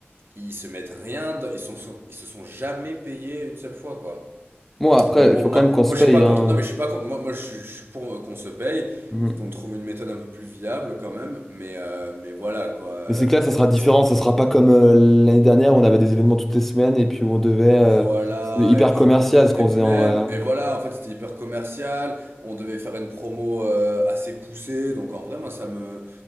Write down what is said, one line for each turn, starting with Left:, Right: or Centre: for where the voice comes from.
Right: ils se mettent rien, de- ils, sont, sont- ils se sont jamais payés une seule fois, quoi.
Centre: Bon, après,
Right: Donc
Centre: il
Right: bon,
Centre: faut
Right: moi,
Centre: quand même qu'on se
Right: moi
Centre: paye,
Right: je suis pas
Centre: hein.
Right: contre. Non, mais je suis pas contre. Moi, moi je, suis- je suis pour euh, qu'on se paye.
Centre: Mhm.
Right: Faut qu'on trouve une méthode un peu plus viable quand même. Mais, euh, mais voilà quoi. Euh,
Centre: Mais c'est que là, ça sera différent,
Right: c'est-
Centre: ça sera pas comme euh, l'année dernière, où on avait des événements toutes les semaines, et puis où on devait... euh,
Right: Voilà.
Centre: C'était hyper
Right: Et puis,
Centre: commercial, ce qu'on
Right: et puis
Centre: faisait
Right: même.
Centre: en vrai. hein.
Right: Et voilà. En fait, c'était hyper commercial. On devait faire une promo euh, assez poussée. Donc en vrai, moi, ça me,